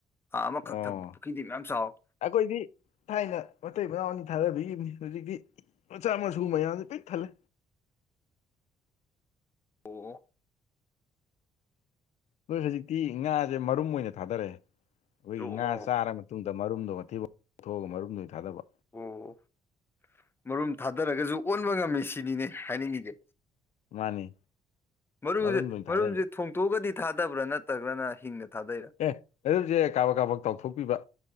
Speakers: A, on the left; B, on the left.
A: ꯑꯥ ꯑꯃꯈꯛ
B: ꯑꯣ
A: ꯊꯝꯕ ꯄꯨꯈ꯭ꯔꯤꯗꯤ ꯃꯌꯥꯝ ꯆꯥꯎꯋꯤ
B: ꯑꯩꯈꯣꯏꯗꯤ ꯊꯥꯏꯅ ꯃꯇꯩ ꯃꯅꯥꯎꯅꯤ ꯊꯥꯗꯕꯤꯈꯤꯕꯅꯤ ꯍꯧꯖꯤꯛꯇꯤ ꯃꯆꯥ ꯃꯁꯨ ꯃꯌꯥꯝꯁꯦ ꯄꯤꯛ ꯊꯜꯂꯦ
A: ꯑꯣ
B: ꯑꯩꯣꯏ ꯍꯧꯖꯤꯛꯇꯤ ꯉꯥꯁꯦ ꯃꯔꯨꯝ ꯑꯣꯏꯅ ꯊꯥꯗꯔꯛꯑꯦ ꯑꯩꯈꯣꯏꯒꯤ
A: ꯑꯣ
B: ꯉꯥ ꯆꯥꯔ ꯃꯇꯨꯡꯨꯡꯗ ꯃꯔꯨꯝꯗꯣ ꯃꯊꯤꯐꯥꯎ ꯊꯣꯛꯑꯒ ꯃꯔꯨꯝꯗꯨ ꯊꯥꯗꯕ
A: ꯑꯣ ꯃꯔꯨꯝ ꯊꯥꯗꯔꯒꯁꯨ ꯑꯣꯟꯕ ꯉꯝꯃꯤ ꯁꯤꯅꯤꯅꯦ ꯍꯥꯏꯅꯤꯡꯉꯒꯦ
B: ꯃꯥꯅꯤ
A: ꯃꯔꯨꯁꯦ
B: ꯃꯔꯨꯝꯗ ꯑꯣꯏꯅ
A: ꯃꯔꯨꯁꯦ
B: ꯊꯥꯗꯒꯦ
A: ꯊꯣꯡꯇꯣꯛꯑꯒꯗꯤ ꯊꯥꯗꯕ꯭ꯔꯥ ꯅꯠꯇ꯭ꯔꯒꯅ ꯍꯤꯡꯅ ꯊꯥꯗꯩꯔꯥ
B: ꯑꯦ ꯑꯗꯨꯁꯦ ꯀꯥꯕ ꯀꯥꯕꯛ ꯇꯧꯊꯣꯛꯄꯤꯕ